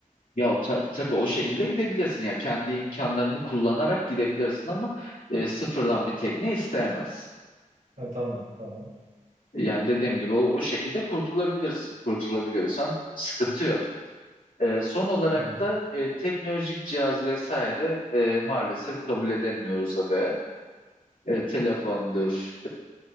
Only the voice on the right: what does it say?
Ha, tamam. Tamam.
Tamam.